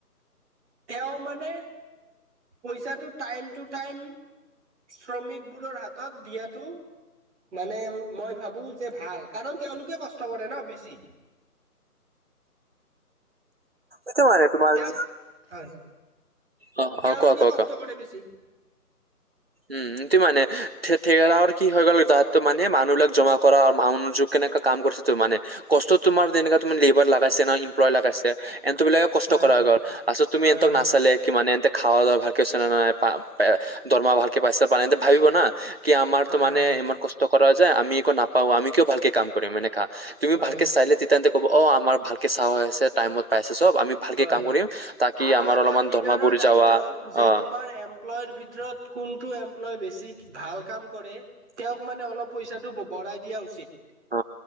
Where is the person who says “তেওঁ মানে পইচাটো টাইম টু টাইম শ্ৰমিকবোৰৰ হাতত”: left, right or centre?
Centre